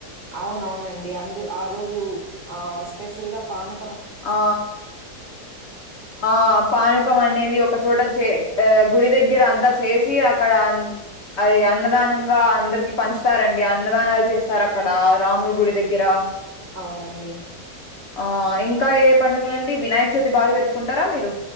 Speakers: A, on the right; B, on the left.
A: అవునవునండి అందు ఆ రోజు ఆ స్పెషల్గా పాను
B: ఆ ఆ పానుకం అనేది ఒకచోట చే ఆ గుడి దగ్గర అంత చేసి అక్కడ అం అది అన్నదానంగా అందర్కి పంచుతారండి. అన్నదానాల్ చేస్తార్ అక్కడ రాముడు గుడి దగ్గర
A: అవునండి.
B: ఆ ఇంకా ఏ పండుగలండి వినాయక చవితి బాగా జరుపుకుంటారా మీరు?